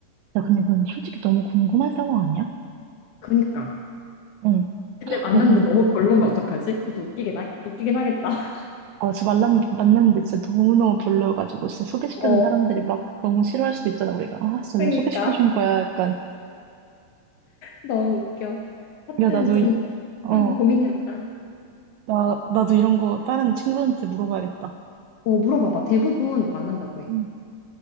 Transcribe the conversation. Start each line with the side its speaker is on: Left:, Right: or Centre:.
Right: 야, 근데 이건 솔직히 너무 궁금한 상황 아니야?
Left: 그니까.
Right: 응.
Left: 근데 만났는데
Right: 야, 그럼
Left: 너무 별로면 어떡하지? 그것도 웃기긴 하, 웃기긴 하겠다. <laughs>
Right: 어, 저 만났, 만났는데 진짜 너무너무 별로여가지고, 진짜 소개시켜준
Left: 어,
Right: 사람들이 막 너무 싫어할 수도 있잖아, 우리가. 아, 진짜
Left: 그니까.
Right: 왜 소개시켜준 거야? 약간,
Left: 너무 웃겨. 하여튼
Right: 야, 나도,
Left: 좀
Right: 이- 어,
Left: 한 고민이었다.
Right: 나, 나도 이런 거 다른 친구한테 물어봐야겠다.
Left: 어, 물어봐봐. 대부분 만난다고 해.
Right: 응.